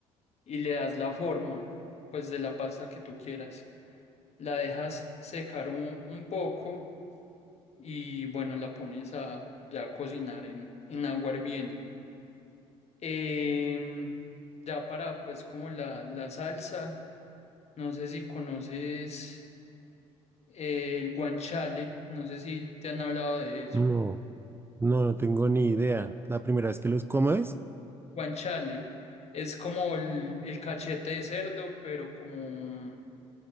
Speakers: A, on the left; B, on the right.
A: y le das la forma pues de la pasta que tú quieras. La dejas secar un, un poco y bueno, la pones a ya cocinar en, en agua hirviendo. Em, ya para pues como la, la salsa, no sé si conoces eh, el guanchale, no sé si te han hablado de eso.
B: No, no, no tengo ni idea. La primera vez que los ¿cómo es?
A: Guanchale es como el, el cachete de cerdo, pero como